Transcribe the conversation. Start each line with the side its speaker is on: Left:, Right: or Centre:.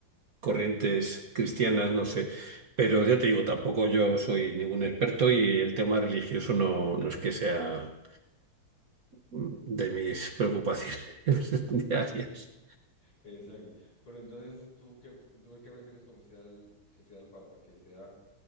Right: corrientes cristianas, no sé. Pero ya te digo, tampoco yo soy ningún experto y el tema religioso no, no es que sea mm, de mis preocupaciones <laughs> diarias.
Left: Sí, Exacto. Pero entonces, ¿tú qué, tú qué prefieres como sea el, que sea el Papa? ¿Que sea